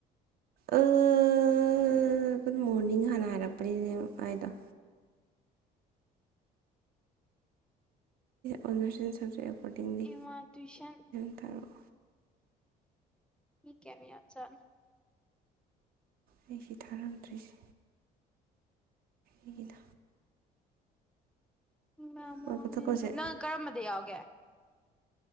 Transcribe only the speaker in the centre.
ꯑꯦꯃꯥ ꯇꯨꯏꯁꯟ
ꯃꯤ ꯀꯌꯃꯨꯛ ꯌꯥꯝ ꯖꯠꯅꯣ
ꯎꯃ
ꯅꯪ ꯀꯔꯝꯕꯗ ꯌꯥꯎꯒꯦ